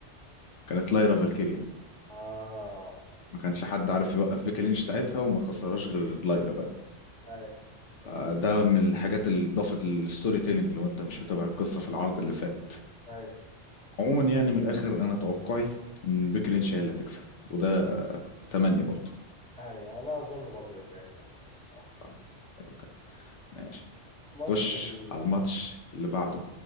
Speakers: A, on the left (about 80°); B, in the centre.
A: كانت ليرا فالكيريا
B: اه
A: ما كانش حد عارف يوقف بيكي لينش ساعتها وما خسرهاش غير ليرا بقى
B: ايوه
A: آه، ده من الحاجات اللي ضافت للستوري تيلينج لو انت مش متابع القصه في العرض اللي فات
B: ايوه
A: عموما يعني من الاخر انا توقعي ان بيكي لينش هي اللي هتكسب وده آه، تمني برضو
B: ايوه انا اظن برضه بيكي لينش هتكسب الصراحه
A: آه، حلو كده ماشي
B: ماتش
A: خش
B: الفاتل
A: على الماتش اللي بعده